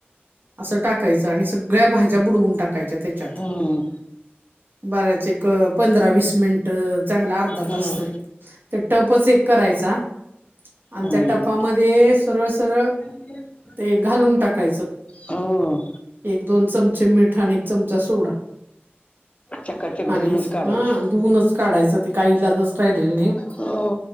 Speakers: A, on the right (about 55°); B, on the left (about 30°).
A: असं टाक कायच आणि सगळ्या भाज्या बुडवून टाकायच्या तेच्यात.
B: हम्म
A: बराच एक पंधरा वीस मिनिट चांगला अर्धा
B: हम्म
A: तास तरी. ते टपच एक करायचा आणि
B: हम्म
A: त्या टपामध्ये सरळ सरळ
B: <inaudible>
A: ते घालून टाकायचं.
B: हम्म
A: एक दोन चमचे मीठ आणि एक चमचा सोडा.
B: चकाचक
A: आणि
B: धुनच काढायची
A: हा धुऊूनच काढायचं ते काही इलाजच राहिलेला नाइ.
B: हो.